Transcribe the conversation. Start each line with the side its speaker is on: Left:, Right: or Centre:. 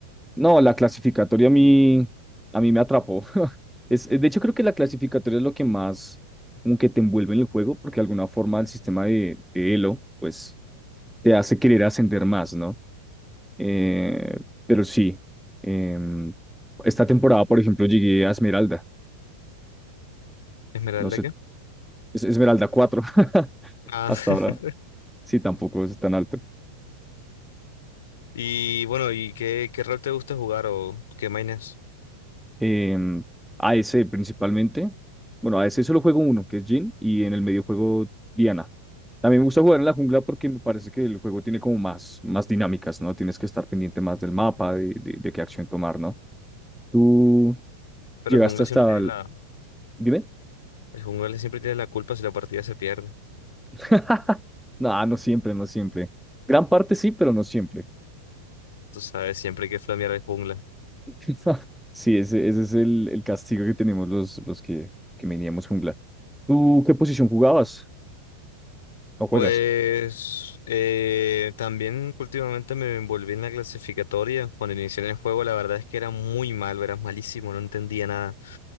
Centre: No, la clasificatoria a mí, a mí me atrapó. <laughs> Es, de hecho, creo que la clasificatoria es lo que más como que te envuelve en el juego, porque de alguna forma el sistema de, de Elo, pues, te hace querer ascender más, ¿no? Eh, pero sí, em, esta temporada, por ejemplo, llegué a Esmeralda,
Left: ¿Esmeralda
Centre: no sé,
Left: qué?
Centre: es Esmeralda cuatro. <laughs>
Left: Ah,
Centre: hasta ahora,
Left: <laughs>
Centre: sí, tampoco es tan alto.
Left: y bueno, ¿y qué, qué rol te gusta jugar o qué mainas?
Centre: em, AEC principalmente. Bueno, a AEC solo juego uno, que es Jhin, y en el medio juego Diana. También me gusta jugar en la jungla porque me parece que el juego tiene como más, más dinámicas, ¿no? Tienes que estar pendiente más del mapa, de, de, de qué acción tomar, ¿no? Tú
Left: Pero
Centre: llegaste
Left: el jungla
Centre: hasta
Left: siempre tiene
Centre: el...
Left: la...
Centre: Dime.
Left: El jungla siempre tiene la culpa si la partida se pierde.
Centre: <laughs> No, no siempre, no siempre. Gran parte sí, pero no siempre.
Left: Tú sabes, siempre hay que flamear al jungla.
Centre: <laughs> Sí, ese, ese es el, el castigo que tenemos los, los que, que veníamos jungla. ¿Tú qué posición jugabas? ¿O juegas?
Left: Pues eh, también últimamente me envolví en la clasificatoria. Cuando inicié en el juego, la verdad es que era muy malo, era malísimo, no entendía nada.